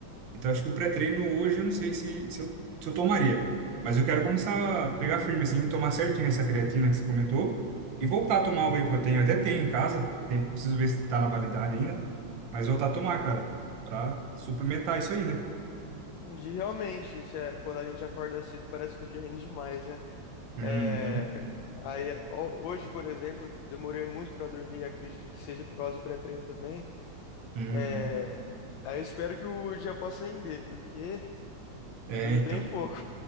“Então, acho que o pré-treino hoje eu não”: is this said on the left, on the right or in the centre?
Right